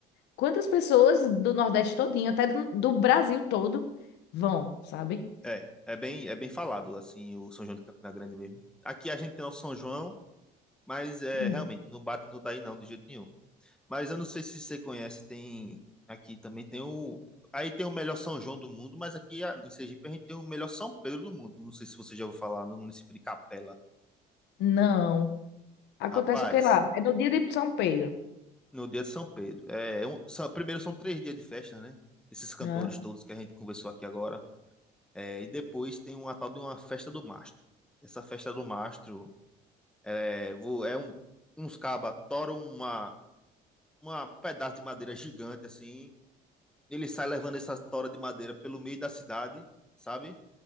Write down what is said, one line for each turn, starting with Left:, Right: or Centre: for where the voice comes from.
Left: quantas pessoas do Nordeste todinho, até do, do Brasil todo, vão, sabe?
Centre: É, é bem, é bem falado, assim, o São João de Campina Grande mesmo. Aqui a gente tem o São João, mas é
Left: Hum.
Centre: realmente não bate no daí não, de jeito nenhum. Mas eu não sei se você conhece, tem aqui também tem o aí tem o melhor São João do mundo, mas aqui a- em Sergipe a gente tem o melhor São Pedro do mundo. Não sei se você já ouviu falar no município de Capela.
Left: Não. Acontece
Centre: Rapaz,
Left: o que lá? É no dia de São Pedro,
Centre: no dia de São Pedro, é, é um- são- primeiro são três dias de festa, né? Esses cantores
Left: né?
Centre: todos que a gente conversou aqui agora. É, e depois tem uma tal de uma festa do mastro. Essa festa do mastro É, vo- é um, uns cabas toram uma, uma pedaço de madeira gigante assim. Ele sai levando essa tora de madeira pelo meio da cidade, sabe?